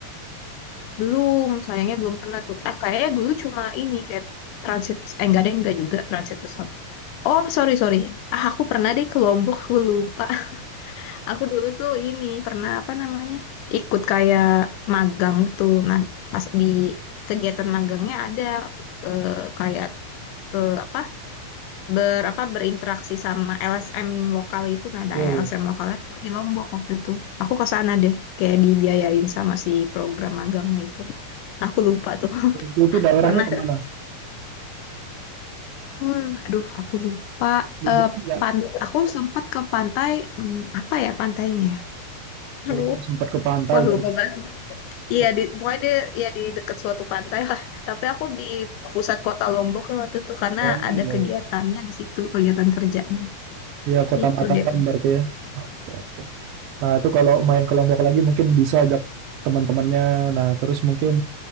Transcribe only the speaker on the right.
Iya, iya.
Waktu itu daerahnya
kemana?
Lombok
enggak?
Oh, Sempat ke pantai
berarti.
Oh,
iya.
iya.
Iya, Kota
Mataram
berarti ya. Oke, oke. Nah, itu kalau main ke lombok lagi mungkin bisa ajak teman-temannya. Nah, terus mungkin